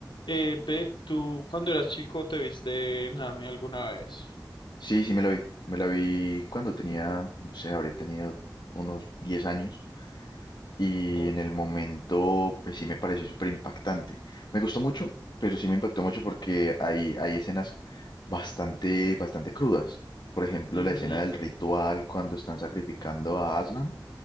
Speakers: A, on the left; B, on the left.
A: Eh, ve, ¿tú cuando eras chico te viste Narnia alguna vez?
B: Sí, sí me la vi. Me la vi cuando tenía, no sé, habré tenido unos 10 años y
A: Ok.
B: en el momento, pues sí me pareció súper impactante. Me gustó mucho, pero sí me impactó mucho porque hay, hay escenas bastante, bastante crudas. Por ejemplo,
A: Ujú.
B: la escena del ritual cuando están sacrificando a Aslan,